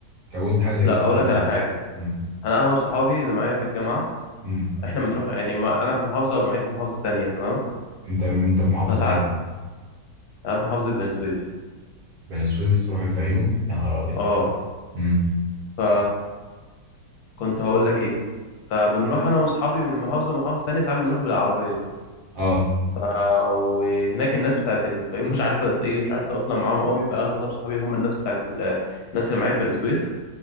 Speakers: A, on the right; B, on the left.
A: كونت حاجه زي
B: لا
A: كده
B: هقول
A: ولا
B: لك على حاجه
A: امم
B: انا اغلب صحابي اللي معايا في الجامعه
A: امم
B: احنا بنروح يعني ما انا في محافظه وجامعتي في محافظه تانية تمام
A: انت انت في محافظه
B: فساعات
A: ايه
B: انا في محافظه بني سويف
A: بني سويف تروح الفيوم يا نهار ابيض
B: اه
A: امم
B: ف كنت هقول لك ايه فبنروح انا واصحابي من محافظه لمحافظه تانية ساعات بنروح بالعربيه
A: اه
B: آه، وهناك الناس بتاعت الفيوم مش عارفه تت- ايه مش عارف اتاقلم معاهم قوي فاغلب صحابي هم الناس بتاعت ال... الناس اللي معايا في بني سويف